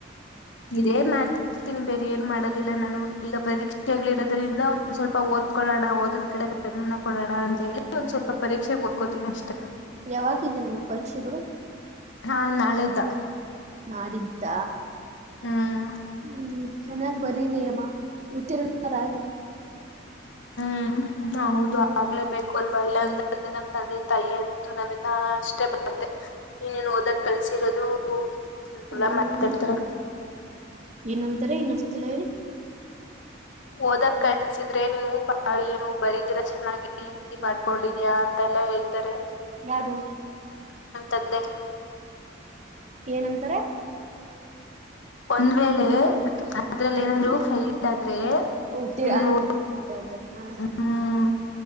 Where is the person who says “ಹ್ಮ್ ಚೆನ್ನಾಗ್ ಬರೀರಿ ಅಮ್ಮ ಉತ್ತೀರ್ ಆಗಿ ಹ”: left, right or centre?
Right